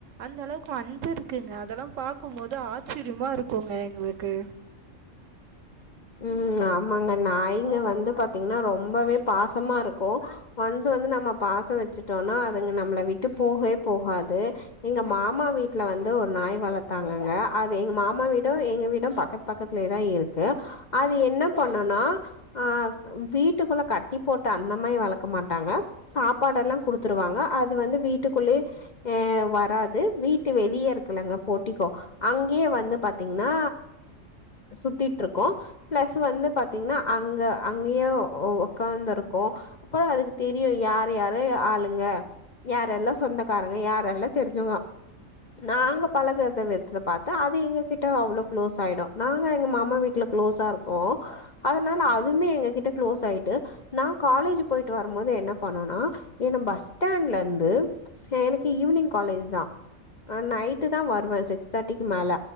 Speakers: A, on the right (about 75°); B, on the left (about 45°).
A: அந்த அளவுக்கு அன்பு இருக்குங்க அதெல்லா பாக்கு போது ஆச்சரியமா இருக்குங்க எங்ளுக்கு
B: ம் ஆமாங்க நய்ங்க வந்து பாத்தீங்ன்னா ரொம்பவே பாசமா இருக்கு கொஞ்சோ வந்து நம்ம பாசோ வெச்சுட்டோனா அதுங்க நம்மள விட்டு போகே போகாது எங்க மாமா வீட்ல வந்து ஒரு நாய் வளத்தாங்கங்க அது எங்க மாமா வீடு எங்க வீடு பக்கத் பக்கத்துல இரு லதா இருக்கு அது என்ன பண்ணுனா அ வீட்டுக்குள்ள கட்டி போட்டு அந்த மாரி வளக்க மாட்டாங்க சாப்பாடெல்லா குடுத்துருவாங்க அது வந்து வீட்டுக்குள்ளே ஆ வராது வீட்டு வெளிய இருக்குலங்க போட்டிக்கோ அங்யே வந்து பாத்தீங்ன்னா சுத்திட்ருக்கு ப்ளஸ் வந்து பாத்தீங்ன்னா அங்க அங்கியேவோ ஒ ஒக்காந்துருக்கு புறோ அதுக்கு தெரியு யாரு யாரு ஆளுங்க யாரெல்லா சொந்தக்காரங்க யாரெல்லா தெரிஞ்செவ்ங்கோ நாங்க பழகற்றத வெத்ல பாத்தா அது எங்க கிட்ட அவ்ளோ க்ளோஸ் ஆயிடு நாங்க எங்க மாமா வீட்ல க்ளோஸா இருக்கோ அதனால அதுமே எங்க கிட்ட க்ளோஸ் ஆயிட்டு நா காலேஜு போயிட்டு வரமோது என்ன பண்ணுனா என்ன பஸ் ஸ்டாண்ட்லேந்து சே எனக்கு ஈவ்னிங் காலேஜ்தா அ நைட்டுதா வருவ சிக்ஸ் தேட்டிக்கு மேல